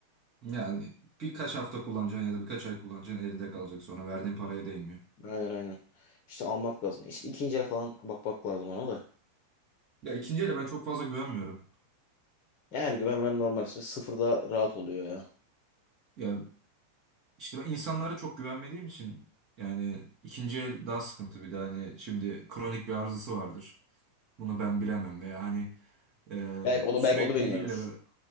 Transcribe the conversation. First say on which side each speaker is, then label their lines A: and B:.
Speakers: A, on the right; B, on the left.
A: Yani birkaç hafta kullanacaksın ya da birkaç ay kullanacaksın elde kalacak sonra verdiğin paraya değmiyor.
B: Aynen aynen. İşte almak lazım. İşte ikinci el falan bakmak lazım ona da.
A: Ya ikinci ele ben çok fazla güvenmiyorum.
B: Yani güvenmem normal ismi sıfırda rahat oluyor ya.
A: Ya işte ben insanlara çok güvenmediğim için yani ikinci el daha sıkıntı bir de hani şimdi kronik bir arızası vardır. Bunu ben bilemem veya hani e,
B: Belki o da
A: sürekli
B: belki o da bilmiyordur.
A: değil de böyle